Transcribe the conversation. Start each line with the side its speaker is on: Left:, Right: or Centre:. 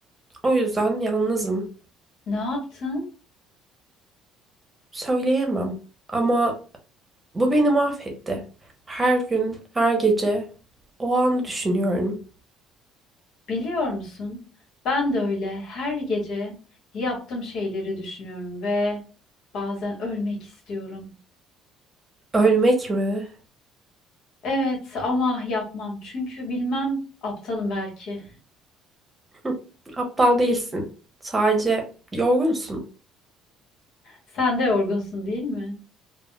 Right: O yüzden yalnızım.
Left: Ne yaptın?
Right: Söyleyemem ama bu beni mahvetti. Her gün, her gece o anı düşünüyorum.
Left: Biliyor musun? Ben de öyle her gece yaptığım şeyleri düşünüyorum ve bazen ölmek istiyorum.
Right: Ölmek mi?
Left: Evet ama yapmam çünkü bilmem aptalım belki.
Right: <laughs> Hı, Aptal değilsin. Sadece yorgunsun.
Left: Sen de yorgunsun değil mi?